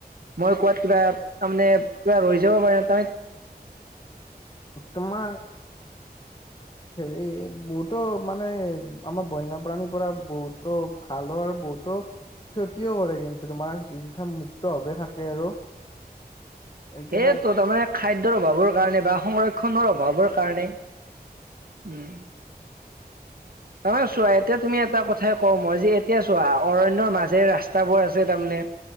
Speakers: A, on the right (about 60°); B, on the left (about 30°).
A: মই কোৱাত কিবা তাৰমানে কিবা ৰৈ যাব পাৰে ন তাত
B: তোমাৰ হেৰি বুট তো মানে আমাৰ বন্যপ্ৰাণীৰ পৰা বহুতো ভালো আৰু বহুতো ক্ষতিও কৰে কিন্তু তোমাৰ জেনেকা মুক্ত ভাৱে থাকে আৰু এইকাৰণে
A: এ তহতৰ মানে খাই অভাৱৰ কাৰণে বা সংৰক্ষনৰৰ অভাৱৰ কাৰণে উম নহ চোৱা এতিয়া তুমি এটা কথাই কওঁ মই যে এতিয়া চোৱা, অৰন্যৰ মাজেৰে ৰাস্তাবোৰ আছে তাৰমানে